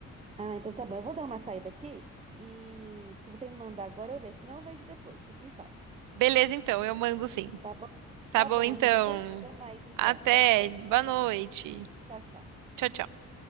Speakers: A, on the right; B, on the right.
A: Ah, então tá bom, eu vou dar uma saída aqui e se você me mandar agora eu vejo, se não eu vejo depois. Fique em paz.
B: Beleza, então, eu mando sim.
A: Tá bom?
B: Tá
A: Tá
B: bom,
A: bom,
B: então.
A: amiga. Até, até mais então.
B: Até.
A: Boa noite.
B: Boa noite.
A: Tchau, tchau.
B: Tchau, tchau.